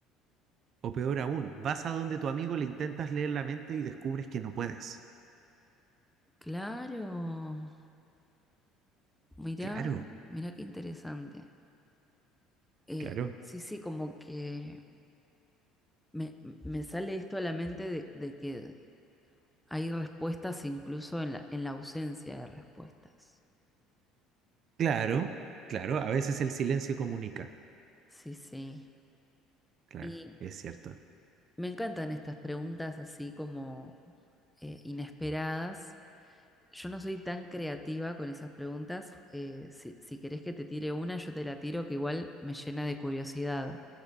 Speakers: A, on the right; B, in the centre.
A: o peor aún, vas a donde tu amigo le intentas leer la mente y descubres que no puedes.
B: Claro, mirá,
A: Claro,
B: mirá qué interesante. Eh,
A: Claro.
B: sí, sí, como que me, me sale esto a la mente de, de que hay respuestas incluso en la, en la ausencia de respuestas.
A: claro, claro, a veces el silencio comunica.
B: Sí, sí.
A: Claro,
B: Y
A: es cierto.
B: me encantan estas preguntas así como eh, inesperadas. Yo no soy tan creativa con esas preguntas. eh, si, si querés que te tire una, yo te la tiro, que igual me llena de curiosidad,